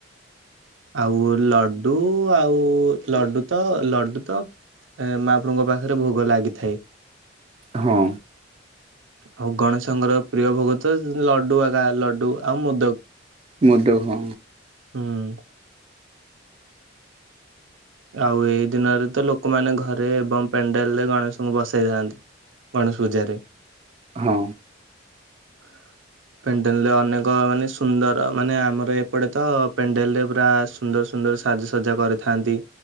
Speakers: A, on the right (about 80°); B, on the right (about 30°).
A: ଆଉ ଲଡୁ ଆଉ ଲଡୁ ତ, ଲଡୁ ତ ଏ ମହାପ୍ରଭୁଙ୍କ ପାଖରେ ଭୋଗ ଲାଗିଥାଏ।
B: ହଁ।
A: ଆଉ ଗଣେଶଙ୍କର ପ୍ରିୟ ଭୋଗ ତ ଲଡୁ ଆଗା ଲଡୁ ଆଉ ମୁଦକ।
B: ମଦ ହ
A: ହଁ ଆଉ ଏଇ ଦିନରେ ତ ଲୋକମାନେ ଘରେ ଏବଂ ପେଣ୍ଡେଲ ରେ ଗଣେଶଙ୍କୁ ବସେଇଥାନ୍ତି। ଗଣେଶ ପୂଜାରେ।
B: ହଁ।
A: ହ <inaudible> ପେଣ୍ଡେଲରେ ଅନେକ ମାନେ ସୁନ୍ଦର ମାନେ ଆମର ଏପଟେ ତ ପେଣ୍ଡେଲରେ ପୁରା ସୁନ୍ଦର ସୁନ୍ଦର ସାଜସଜା କରିଥାନ୍ତି